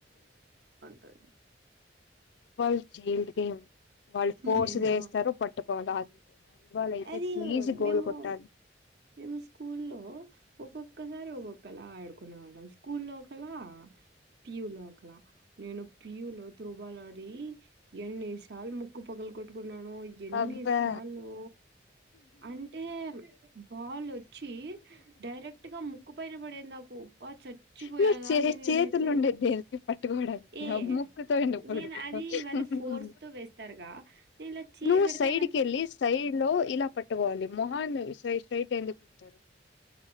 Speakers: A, on the right; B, on the left.
A: టైం
B: వాళ్ళు చైల్డ్ గేమ్ ఫోర్సీగా
A: నేను
B: ఎస్తారు పట్టుకోవాల హ్యాండ్ బాల్ అయితే
A: అది
B: త్లీజ్ గోల్
A: మేము
B: కొట్టిలి
A: మేము స్కూల్లో ఒక్కొక్కసారి ఒక్కొక్కలా ఆడుకునే వాళ్ళం కూల్ లో ఒకల పి యు లో ఒకల నేను పియు లో త్రోబాల్ ఆడి ఎన్ని సాలు ముక్కు పగలు కొట్టుకున్నానో ఎన్ని
B: అబ్బా
A: సాలో అంటే బాల్ వచ్చి డైరెక్ట్ గా ముక్కు పైన పడేది నాకు అబ్బా చ చ్చిపోయాదాన్నీ
B: నువ్వు చే
A: నేనునైతే
B: చేతులు ఉండేది దేనికి పట్టుకోవడానికి
A: ఏ
B: ముక్కుతో ఎందుకు పట్టుకుంటావ్
A: నేను అది వాళు ఫోర్స్ తు వేస్తారుగా నేను ఇలా చేయ
B: నువ్వు
A: పెడితే
B: సైడ్ కి వెళ్ళి సైడ్ లో ఇలా పట్టుకోవాలి మొహన్నీ సై శ్రైట్ ఎందుకుడతారు